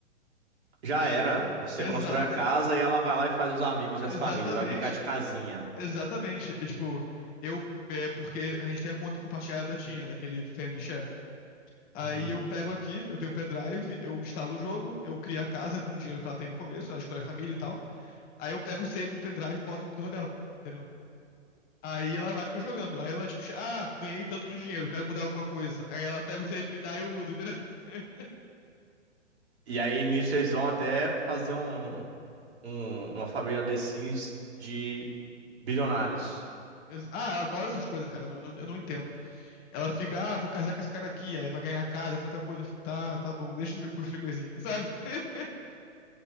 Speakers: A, on the right (about 65°); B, on the left (about 25°).
A: Já
B: Aí,
A: era. Você
B: exato,
A: constrói a casa e ela vai lá e faz os amigos e as
B: exatamente,
A: famílias. Vai brincar de casinha.
B: exatamente. E, tipo, eu, é porque a gente tem a conta compartilhada da China, daquele Family Share. Aí
A: Uhum.
B: eu pego aqui, eu tenho um pendrive, eu instalo o jogo, eu crio a casa com o dinheiro que ela tem no começo, ela escolhe a família e tal. Aí eu pego o save no pendrive e boto no computador dela, entendeu? Aí ela vai ficar jogando. Aí ela, tipo, ah, ganhei tanto de dinheiro, quero mudar alguma coisa. Aí ela pega o save, me dá e eu mudo, entendeu? <laughs>
A: E aí nisso eles vão até fazer um, um- uma família The Sims de bilionários.
B: Ah, ela adora essas coisas, cara. Eu não, eu não- eu não entendo. Ela fica, ah, vou casar com esse cara aqui, aí vai ganhar casa, faz outra coisa. Eu fico, tá, tá bom, deixa eu construir coisinha, sabe? <laughs>